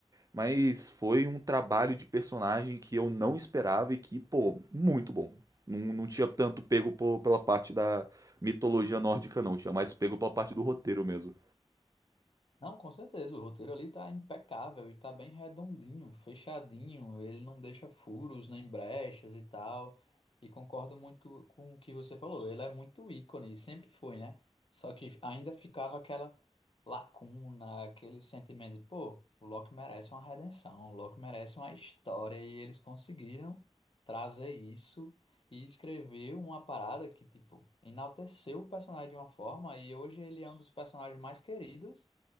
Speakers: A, on the right (about 35°); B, on the left (about 55°).
A: Mas foi um trabalho de personagem que eu não esperava e que, pô, muito bom. Não, não tinha tanto pego pô- pela parte da mitologia nórdica, não. Tinha mais pego pela parte do roteiro mesmo.
B: Não, com certeza, o roteiro ali tá impecável e tá bem redondinho, fechadinho, ele não deixa furos nem brechas e tal. E concordo muito co- com o que você falou, ele é muito ícone, e sempre foi, né? Só que ainda ficava aquela lacuna, aquele sentimento de, pô, o Loki merece uma redenção, o Loki merece uma história e eles conseguiram trazer isso e escrever uma parada que, tipo, enalteceu o personagem de uma forma e hoje ele é um dos personagens mais queridos